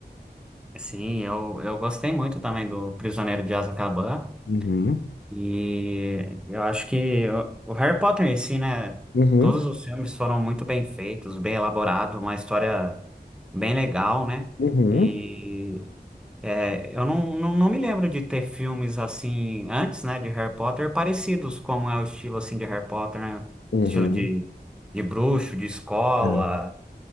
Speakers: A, in the centre; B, on the left (about 85°).
A: Sim, eu, eu gostei muito também do Prisioneiro de Azkaban.
B: Uhum,
A: E eu acho que o o Harry Potter em si, né?
B: uhum,
A: Todos os filmes foram muito bem feitos, bem elaborados, uma história bem legal, né?
B: uhum,
A: E é, eu não, não, não me lembro de ter filmes assim antes, né, de Harry Potter, parecidos como é o estilo assim de Harry Potter, né?
B: uhum.
A: Estilo de, de bruxo, de escola.
B: É.